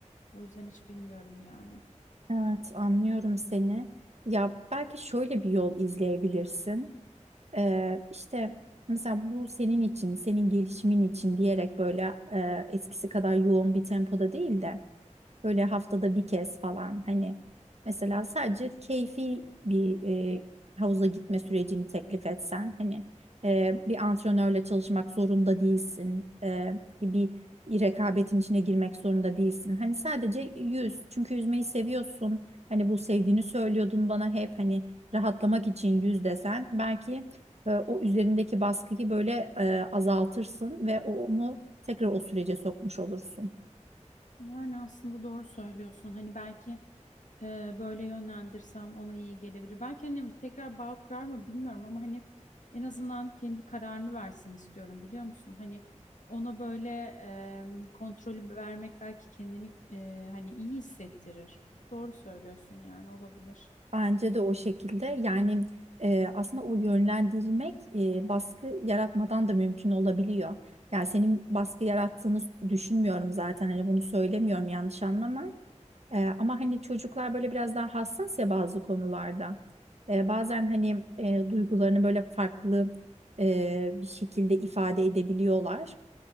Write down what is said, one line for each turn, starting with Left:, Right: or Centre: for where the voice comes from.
Left: O yüzden hiç bilmiyorum yani.
Right: Evet, anlıyorum seni. Ya belki şöyle bir yol izleyebilirsin. Ee, işte mesela bu senin için, senin gelişimin için diyerek böyle e, eskisi kadar yoğun bir tempoda değil de Böyle haftada bir kez falan hani mesela sadece keyfi bir e, havuza gitme sürecini teklif etsen hani e, bir antrenörle çalışmak zorunda değilsin. E, bir rekabetin içine girmek zorunda değilsin. Hani sadece yüz çünkü yüzmeyi seviyorsun. Hani bu sevdiğini söylüyordun bana hep hani rahatlamak için yüz desen belki e, o üzerindeki baskıyı böyle e, azaltırsın ve onu tekrar o sürece sokmuş olursun.
Left: Yani aslında doğru söylüyorsun. Hani belki e, böyle yönlendirsem ona iyi gelebilir. Belki annem tekrar bağ kurar mı bilmiyorum ama hani en azından kendi kararını versin istiyorum biliyor musun? Hani ona böyle e, kontrolü vermek belki kendini e, hani iyi hissettirir. Doğru söylüyorsun yani olabilir.
Right: Bence de o şekilde. Yani e, aslında o yönlendirmek e, baskı yaratmadan da mümkün olabiliyor. Yani senin baskı yarattığını düşünmüyorum zaten. Hani bunu söylemiyorum yanlış anlama. E, ama hani çocuklar böyle biraz daha hassas ya bazı konularda. E, bazen hani e, duygularını böyle farklı e, bir şekilde ifade edebiliyorlar.